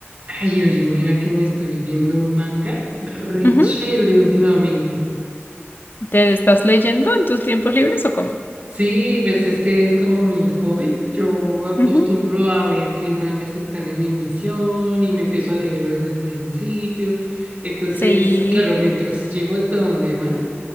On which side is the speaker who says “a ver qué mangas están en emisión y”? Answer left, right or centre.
Right